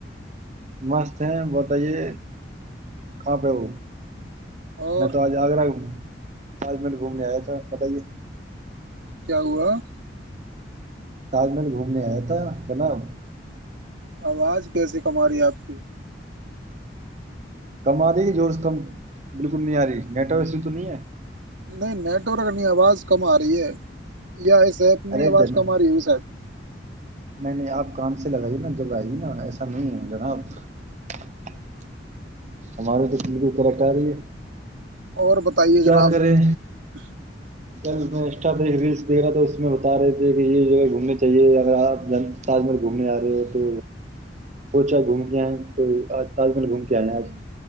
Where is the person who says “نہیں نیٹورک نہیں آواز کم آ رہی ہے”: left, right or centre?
Right